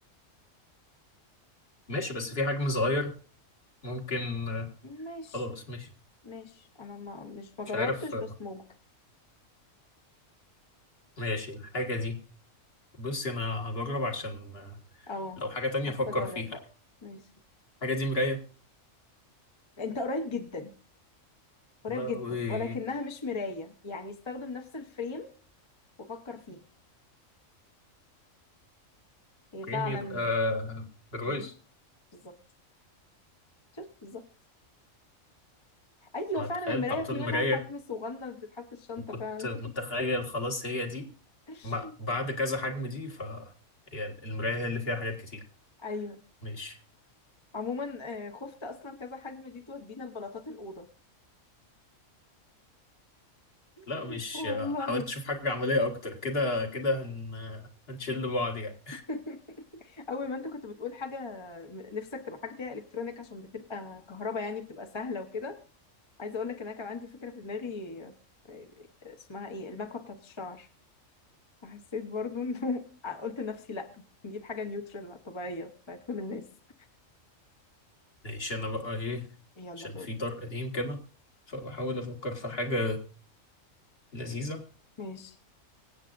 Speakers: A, on the left (about 45°); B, on the left (about 25°).
A: ماشي بس في حجم صغير ممكن آه،
B: ماشي
A: خلاص ماشي
B: ماشي انا ما مش ما
A: مش
B: جربتش
A: عارف آه،
B: بس ممكن
A: ماشي الحاجة دي بصي أنا هجرب عشان آه،
B: اه
A: لو حاجة تانية
B: حاسه
A: أفكر
B: اجرب
A: فيها
B: بقى ماشي
A: الحاجة دي مراية
B: انت قريب جدا قريب
A: لهوي
B: جدا ولكنها مش مرايه يعني استخدم نفس الفريم وفكر فيه هي
A: كريم
B: فعلا
A: يبقى بالرز
B: ايوه بالظبط شفت بالظبط ايوه
A: انا
B: فعلا
A: تخيلت
B: المرايه
A: على طول
B: في منها
A: مراية
B: حجم صغنن بتتحط في الشنطه
A: وكنت
B: فعلا
A: متخيل خلاص هي دي
B: <laughs>
A: ما بعد كذا حجم دي ف هي المراية هي اللي فيها حاجات كتير
B: ايوه
A: ماشي
B: عموما آه، خفت اصلا كذا حجم دي تودينا لبلاطات الاوضه
A: لا
B: <laughs>
A: مش
B: والله
A: حاولت اشوف حاجة عملية اكتر كده كده هن... هنشل بعض يعني
B: <laughs> اول ما انت كنت بتقول حاجه نفسك تبقى حاجه فيها الكترونيك عشان بتبقى كهرباء يعني بتبقى سهله وكده عايزه اقول لك ان انا كان عندي فكره في دماغي إيه- اسمها ايه المكوه بتاعت الشعر فحسيت برضو انه <laughs> قلت لنفسي لا نجيب حاجه نيوترال طبيعيه بتاعت كل الناس
A: ماشي انا بقى ايه
B: يلا
A: عشان
B: دول
A: في طرق قديم كده فبحاول افكر في حاجة لذيذة
B: ماشي